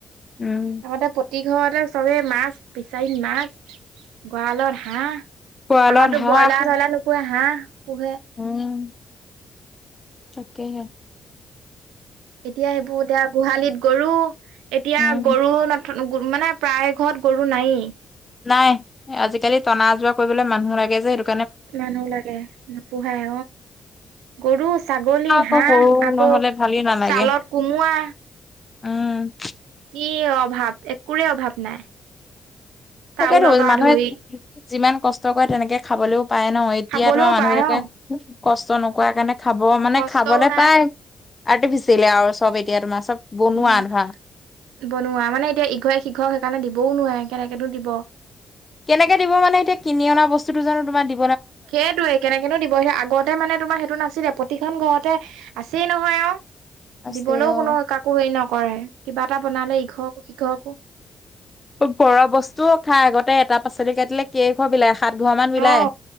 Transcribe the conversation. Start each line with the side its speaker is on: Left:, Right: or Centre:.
Left: উম
Right: আগতে প্ৰতি ঘৰতে চবে মাছ পিছাইন মাছ গঁৰালত হাঁহ
Left: পোৱালত
Right: আগো
Left: হাঁহ
Right: ব্ৰইলাৰ চইলাৰ নোপোহে হাঁহ পোহে
Left: উম তাকে হে
Right: এতিয়া সেইবোৰ এতিয়া গোহালিত গৰু এতিয়া
Left: উম
Right: গৰু ন মানে প্ৰায় ঘৰত গৰু নাইয়ে
Left: নাই আজিকালি টনা আজোৱা কৰিবলৈ মানুহ লাগে যে সেটো
Right: মানুহ লাগে নোপোহাই গৰু ছাগলী
Left: আকৌ
Right: হাঁহ
Left: সৰু
Right: আকৌ
Left: নহ'লে ভালেই নালাগে
Right: ছালত কোমোৱা
Left: উম
Right: কি অভাৱ একোৰে অভাৱ নাই চাউলৰ
Left: তাকেটো
Right: পৰা
Left: মানুহে
Right: ধৰি
Left: যিমান কষ্ট কৰে তেনেকে খাবলৈও পায় ন এতিয়া
Right: খাবলৈও
Left: তোমাৰ মানুহবলাকে
Right: পায় অ
Left: কষ্ট নকৰা কাৰণে খাব মানে
Right: কষ্টও
Left: খাবলে
Right: নাই
Left: পায় আৰ্টিফিচিয়েলে আৰু চব এতিয়া তোমাৰ চব বনোৱা
Right: উম
Left: ধৰা
Right: বনোৱা মানে এতিয়া ইঘৰে সিঘৰক সেইকাৰণে দিবও নোৱাৰে কেনেকেনো দিব
Left: কেনেকে দিব মানে এতিয়া কিনি অনা বস্তুতটো জানো তোমাৰ দি
Right: সেইটোৱে কেনেকেনো দিব সেই আগতে মানে তোমাৰ সেইটো নাছিলে প্ৰতিখন ঘৰতে আছেই নহয় আৰু
Left: আছে
Right: দিবলৈও
Left: অ
Right: কোনো কাকো হেৰি নকৰে কিবা এটা বনালে ইঘৰকো সিঘকো
Left: ঘৰৰ বস্তুও খা আগতে এটা পাচলি কাটিলে কে ঘৰ বিলাই <unintelligible> বিলায়
Right: অ